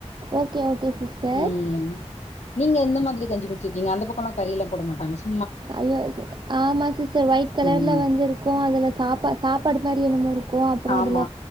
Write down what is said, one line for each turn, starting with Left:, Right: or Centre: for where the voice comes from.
Right: ஓகே ஓகே சிஸ்டர்
Left: ம் நீங்க எந்த மாதிரி கஞ்சி குடிச்சிருக்கங்க அந்த பக்கம்ல்லா கரியல்லா போட மாட்டாங்கா ச்
Right: ஐயோ அது ஆமா சிஸ்டர் ஒயிட் கலர்ல
Left: ம்
Right: வந்து இருக்கூ அதுல சாப்பா சாப்பாடு மாதிரி என்னமோ இருக்கோ அப்புற
Left: ஆமா
Right: அதுல